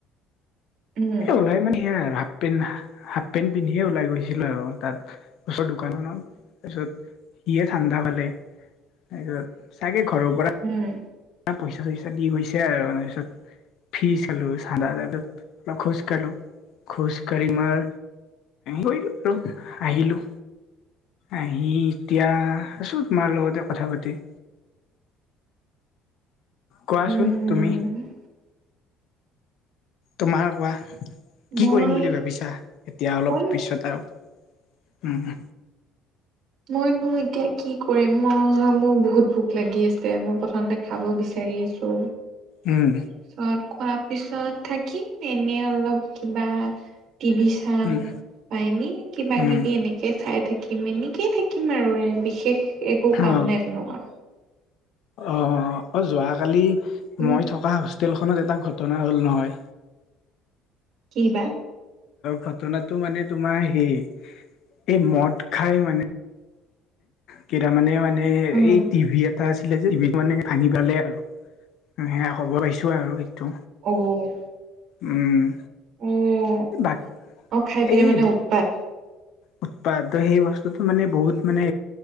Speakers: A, on the right; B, on the left.
A: উম
B: এ' ওলাই মানে সেয়াই আৰু হাফ পেণ্ট হাফ পেণ্ট পিন্ধিয়ে ওলাই গৈছিল আৰু তাত। ওচৰৰ দোকানখনত তাৰপিছত সিয়ে ঠাণ্ডা ফালে তাৰপিছত চাগে ঘৰৰ পৰা
A: উম',।
B: পইচা চইচা দি গৈছে আৰু তাৰ পিছত, ফী চালো চাধা-তাধা খুচ কালো খুচ কাঢ়ি মই কৰিলো আৰু আহিলো, আহি এতিয়া আছো তোমাৰ লগতে কথা পাতি। কোৱাচোন
A: উম,
B: তুমি? তোমাৰ কোৱা? কি
A: মই
B: কৰিম বুলি ভাবিছা, এতিয়া অলপ
A: মই
B: পিছত আৰু? উম',।
A: মইনো এতিয়া কি কৰিম ম' মোৰ বহুত ভোক লাগি আছে, মোৰ প্ৰথমতে খাব বিচাৰি আছো,
B: উম
A: তাৰপিছত খোৱাৰ পিছত থাক কিম এনেই অলপ কিবা টিভি চাম,
B: উম
A: বা এনেই কিবা
B: উম
A: কিবি এনে তাকে চাই থাকিম এনেকেইে থাকিম আৰু, এ' বিশেষ একো
B: অ
A: কাম নাই তেনেকুৱা।
B: অ', অ' যোৱাকালি
A: উম,
B: মই থকা হোষ্টেলখনত এটা ঘটনা হ'ল নহয়!
A: কি বা?
B: ঘটনাটো মানে তোমাৰ হেই, এই মদ খাই মানে কেইটামানে মানে
A: উম,
B: এই টিভি এটা আছিলে যে টিভি মানে ভাঙি পালে আৰু, সেয়া সব পাইছো আৰু সেইটো।
A: অ',।
B: উম',
A: অ',
B: বাক
A: অ', খাই পিনে
B: এই
A: মানে উৎপাত।
B: উৎপাত ত' সেই বস্তুটো মানে বহুত মানে